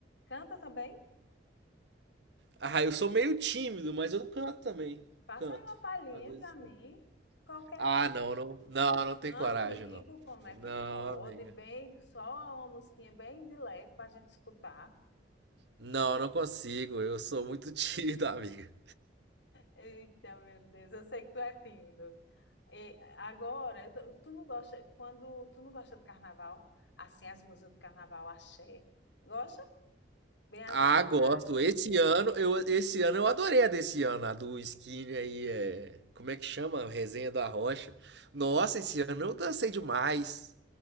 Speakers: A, on the left (about 80°); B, on the right (about 70°).
A: Canta também?
B: Ah, eu sou meio tímido, mas eu canto também.
A: Passa
B: Canto.
A: aí uma palhinha
B: Às vezes.
A: pra mim.
B: canto.
A: Qualquer
B: Ah,
A: um.
B: não, não, não, não tem
A: Amigo,
B: coragem, não.
A: como
B: Não,
A: é que pode?
B: amiga.
A: Bem, só uma musiquinha bem de leve pra gente escutar.
B: Não, não consigo. Eu sou muito <laughs> tímido, amiga.
A: Eita, meu Deus, eu sei que tu é tímido. E agora, eu tô- tu não gosta, quando tu não gosta de carnaval, assim, as músicas do carnaval, axé, gosta? Bem agitada.
B: Ah, gosto. Esse ano, eu, esse ano eu adorei a desse ano, a do Skinny aí, é, como é que chama? Resenha da Rocha. Nossa, esse ano eu dancei demais.